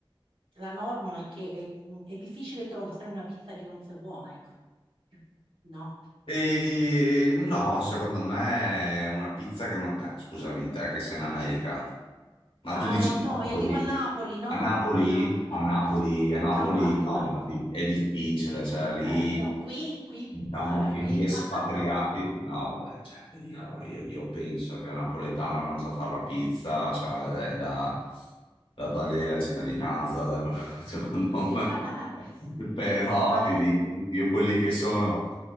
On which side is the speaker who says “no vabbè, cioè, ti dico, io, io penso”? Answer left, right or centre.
Left